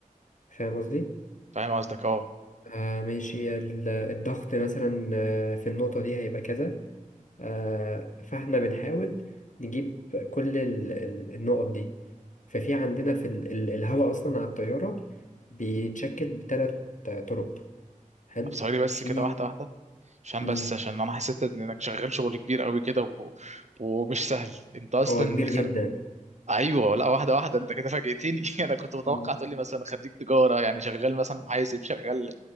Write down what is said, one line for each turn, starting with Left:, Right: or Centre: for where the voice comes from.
Left: فاهم قصدي؟
Right: فاهم قصدك اه
Left: آه ماشي ال- الضغط مثلا آه، في النقطة دي هيبقى كذا آه فاحنا بنحاول نجيب كل ال- ال- النقط دي ففي عندنا في ال- ال- الهواء أصلا على الطيارة بيتشكل بثلاث طرق حلو
Right: طب ثواني بس
Left: في
Right: كده واحده واحده عشان
Left: مم.
Right: بس عشان انا حسيت انك شغال شغل كبير قوي كده و... ومش سهل انت اصلا
Left: هو كبير
Right: خ...
Left: جدا
Right: ايوه لا واحده واحده انت كده فاجئتني <laughs> انا كنت متوقع
Left: مم.
Right: تقول لي مثلا خريج تجاره يعني شغال مثلا محاسب شغال